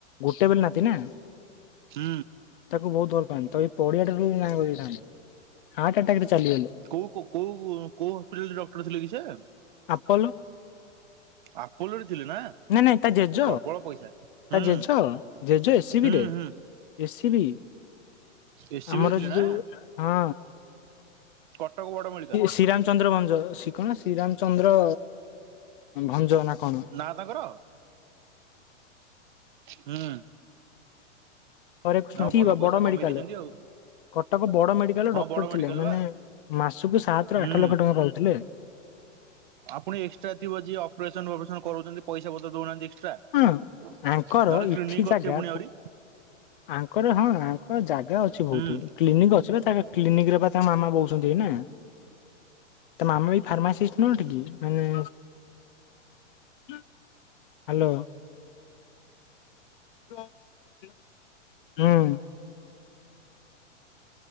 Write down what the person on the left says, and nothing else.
ଗୋଟେ ବୋଲି ନାତି ନା।
ତାକୁ ବହୁତ ଭଲ ପାଆନ୍ତି ତ ଏଇ ପଡିଆ ଟା ନଁ କରି ଦେଇଥାନ୍ତେ। ହାର୍ଟ ଆଟେକ୍ ରେ ଚାଲିଗଲେ।
ଆପଲ।
ନାଇଁ ନାଇଁ ତା ଜେଜ
ତା
ଜେଜ ଜେଜ ଏ ପୃ ସିବିରେ
ଏସ୍ ସ ବିି
ଆମର
ଯ
ଯୋଉ ହଁ
ଶ୍ରୀରାମ ଚନ୍ଦ୍ର ଭଞ୍ଜ ଶ କଣ ଶ୍ରୀରାମଚନ୍ଦ୍ର ଭଞ୍ଜ ନା କଣ
ହରେ କୃଷ୍ଣ
ସ
ବଡ
ମେଡିକାଲରେ
କଟକ ବଡ ମେଡିକାଲରେ
ଡକ୍ଟର
ଥିଲେ ମାନେ
ମାସକୁ ସାତ ର
ଆଠ ଲକ୍ଷ ଟଙ୍କା ପାଉଥିଲେ
ହଁ। ଆଙ୍କର
ଇଠି
ଜାଗା
ଆଙ୍କର ହଁ ଆଙ୍କର ଜାଗା ଅଛି ବହୁତ
କ୍ଲିନିକ୍ ଅଛି ବା ତା କ୍ଲିନିକ ରେ ବା ତାଙ୍କ ମାମା ବୋଉଛନ୍ତି ନା ତା ମାମା ବି ଫାର୍ମାସିଷ୍ଟ ନିକ କି ମାନେ ହ୍ୟାଲୋ ହୁଁ